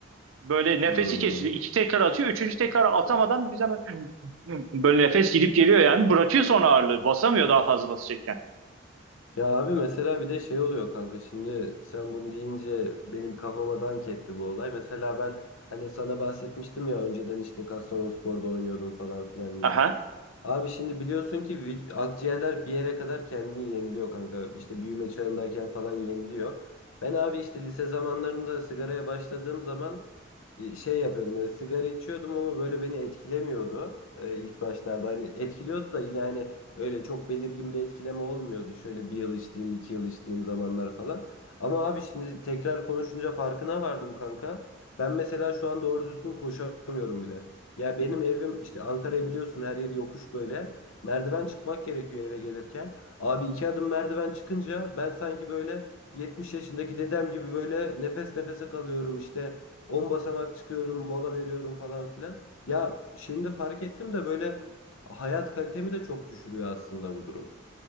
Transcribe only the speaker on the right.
Böyle nefesi
kesiliyor. İki tekrar atıyor. Üçüncü tekrar atamadan bize böyle nefes gidip geliyor yani. Bırakıyor sonra ağırlığı. Basamıyor daha fazla basacak
Ajá.